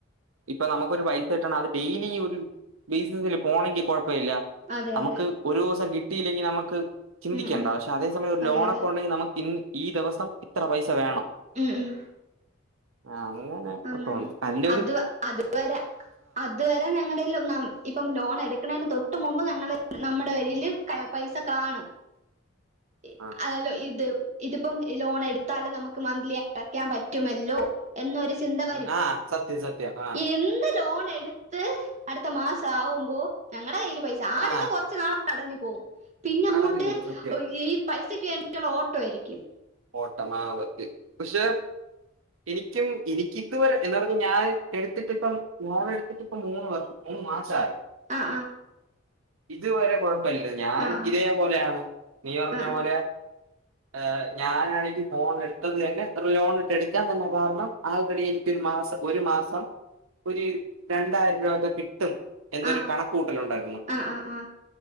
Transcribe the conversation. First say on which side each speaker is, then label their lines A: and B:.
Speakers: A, on the right; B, on the right.
A: ഇപ്പ നമ്മക്കൊരു പൈസക്കിട്ടണെ അത് ഡെയിലി ഒരു ബെയ്സസ്സിൽ പോണെങ്കി കൊഴപ്പ് പ്പയില്ല
B: അതെ
A: നമ്മക്ക്
B: അതെ
A: ഒരൂസം കിട്ട് കിട്ടിയില്ലെങ്കിൽ നമ്മക്ക് ചിന്തിക്കേണ്ട
B: ഉം ഉം
A: പക്ഷേ അതേസമയം ഒരു
B: അതെ
A: ലോണൊക്കെ
B: അതെ
A: ഒണ്ടെങ്കി നമ്മക്ക് ഇന്ന് ഈ ദിവസം ഇത്ര പൈസ വേണം.
B: ഉം ഉം
A: ആ അങ്ങനെ
B: അങ്ങനെ
A: അക്കൗൺണ്ട് അന്റൊരു
B: അത് അതുവരെ അതുവരെ ഞങ്ങടെയിൽ ഒന്നാ ഇപ്പോ ലോണെട്ക്ക്ണെന്നു തൊട്ട് തൊട്ടുമുമ്പ് ഞങ്ങളെ നമ്മടെ വരിയിൽ പൈസ കാണും ഇ
A: ആ
B: അലോ ഇത് ഇതിപ്പോ ലോണെടുത്താലും നമ്മക്ക് മന്ത്ലി അടക്കാൻ പറ്റുമല്ലോ എന്നൊരു ചി ചിന്ത വരും
A: ഉം, ആ സത്യം സത്യം ആ
B: എന്ന് ലോൺ എടുത്ത് അടുത്ത മാസാവുമ്പോ ഞങ്ങടെ കയ്യില് പൈസ ആദ്യത്തെ
A: ആ
B: കുറച്ചു നാൾ അടഞ്ഞുപോവും പിന്നങ്ങോട്ട്
A: അടഞ്ഞു പോകും സത്യം
B: ഒയ്യെ പൈസക്ക് വേണ്ടിയുള്ള ഓട്ടമായിരിക്കും
A: ഓട് ട്ടമാ സത്യംപക്ഷെ എനിക്കും എനിക്കിതുവരെ എന്താ പറഞ ഞാൻ എടുത്തിട്ടിപ്പം ഫോണടുത്തിട്ടിപ്പം മൂന്ന് വർ മൂന്ന് മാസായി
B: ആഹ് ആ
A: ഇതുവരെ കുഴപ്പ പ <unintelligible> ല്ല ഞാനും
B: ആ ആ
A: ഇതേപ്പോലാണ് നീ പറഞ്ഞ
B: ആ
A: പോലെ ഏ ഞാനാണെങ്കി ഫോണെട്ത്തത് തന്നെ ഒരു ലോണൊക്കെ എട്ക്കാൻ തന്നെ കാരണം ആകെ കൂടി എനിക്കൊരുമാസം ഒരുമാസം ഒര് രണ്ടായിരം രൂപയൊക്കെ കി ട്ടും എന്നൊരു
B: ആ
A: കണക്കുകൂട്ടലുണ്ടായിരുന്നു
B: ആ ആ